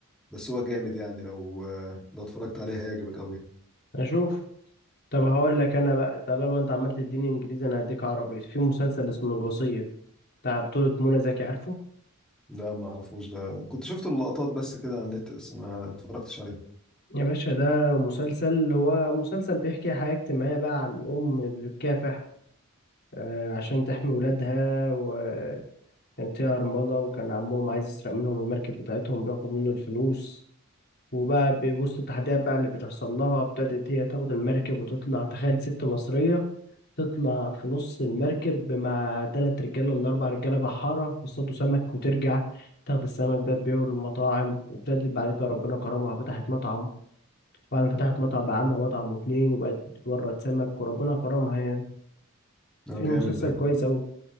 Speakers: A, in the centre; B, on the left.
A: بس هو جامد يعني لو لو اتفرجت عليه هيعجبك قوي
B: اشوف طب هقول لك انا بقى طالما انت عمال تديني انجليزي انا هديك عربي في مسلسل اسمه الوصية بتاع بطولة منى زكي عارفه
A: ده ما اعرفوش ده كنت شفت اللقطات بس كده على النت بس ما اتفرجتش عليه
B: يا باشا ده مسلسل هو مسلسل بيحكي حياة اجتماعية بقى عن ام بتكافح آه، عشان تحمي ولادها وكانت هي أرملة وكان عمهم عايز يسرق منهم المركب بتاعتهم بياخد منه الفلوس وبقى بوسط التحديات بقى اللي بتحصل لها ابتدت هي تاخد المركب وتطلع تخيل ست مصرية تطلع في نص المركب مع تلات رجالة ولا أربع رجالة بحارة يصطادوا سمك وترجع تاخد السمك ده تبيعه للمطاعم وابتدت بعد كده ربنا كرمها فتحت مطعم بعد ما فتحت مطعم بقى عندها مطعم واتنين وبقت بتورد سمك وربنا كرمها يعني
A: ده
B: في مسلسل
A: جامد ده
B: كويس أوي